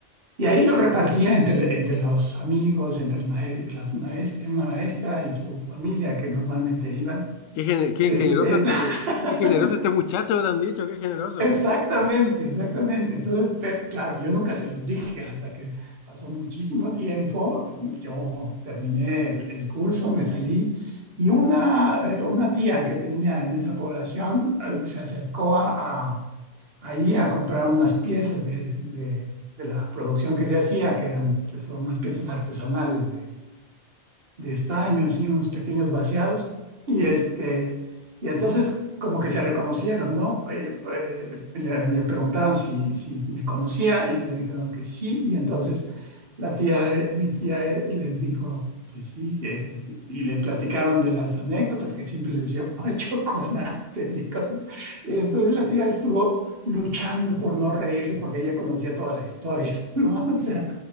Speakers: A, on the right; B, on the left.
A: y ahí lo repartía entre, entre los amigos, entre el mae- las maes- una maestra y su familia que normalmente iban.
B: Qué, gene- qué
A: Qué
B: generoso
A: Este, divertido.
B: este, qué generoso
A: <laughs>
B: este muchacho, habrán dicho, qué generoso.
A: Exactamente, exactamente. Entonces, pe- claro, yo nunca se los dije hasta que pasó muchísimo tiempo. Yo terminé el, el curso, me salí y una, eh, una tía que tenía en esa población eh, se acercó a, a- ahí a comprar unas piezas de, de- de la producción que se hacía, que eran pues, unas piezas artesanales de estaño, así unos pequeños vaciados. Y, este, y entonces como que se reconocieron, ¿no? Eh, eh, le, le preguntaron si, si me conocía y le dijeron que sí. Y entonces la tía, eh, mi tía eh, les dijo que sí. que- y le platicaron de las anécdotas que siempre les llevaba <laughs> chocolates y cosas. Y entonces la tía estuvo luchando por no reírse porque ella conocía toda la historia, ¿no? <laughs> O sea,